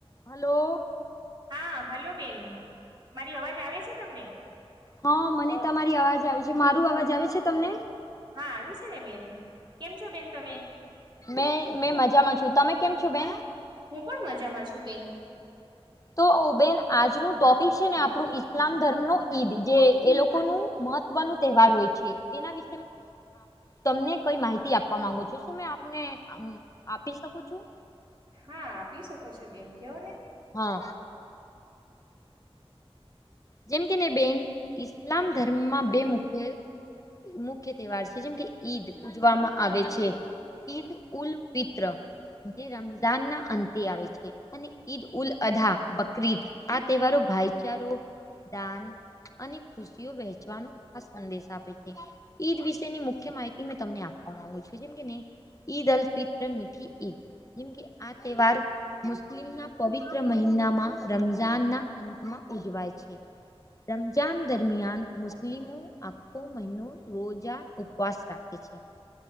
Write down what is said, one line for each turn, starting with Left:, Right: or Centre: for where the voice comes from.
Left: હલો
Right: હા હલો બેન મારી અવાજ આવે છે તમને
Left: હા મને તમારી અવાજ આવે છે મારું અવાજ આવે છે તમને
Right: હા આવી છે ને બેન કેમ છો બેન તમે
Left: મે મેં મજામાં છું તમે કેમ છો બેન
Right: હું પણ મજામાં છું બેન
Left: તો ઉબેન આજનું ટોપિક છે ને આપણું ઈસ્લામ ધર્મ નું ઈદ જે એ લોકોનું મહત્વનું તહેવાર હોય છે એના વિ તમને ક માહિતી આપવા માંગુ છ શું મે આપને આપી શકું છું
Right: હા આપી શકો છો બેન કેવો ને
Left: હા જેમ કે ને બેન ઇસ્લામ ધર્મમાં બે મુખ્ય મુખ્ય તહેવાર છે જેમ કે ઈદ ઉજવામાં આવે છે ઈદ ઉલ ફિત્ર જે રમજાન ના અંતે આવે છે અને ઈદ ઉલ અધા બકરીદ આ તહેવારો ભાઈચારો દાન અને ખુશીઓ વહેચવાનો આ સંદેશ આપે છે ઈદ વિશેની મુખ્ય માહિતી મેં તમને આપવા માંગુ છું જેમ કે નહી ઈદ અલફિત્ર મીઠી ઈદ જેમકે આ તહેવાર મુસ્લિમના પવિત્ર મહિનામાં રમઝાનના અંતમાં ઉજવાય છે રમજાન દરમિયાન મુસ્લિમો આખો મહિનો રોજા ઉપવાસ રાખે છે.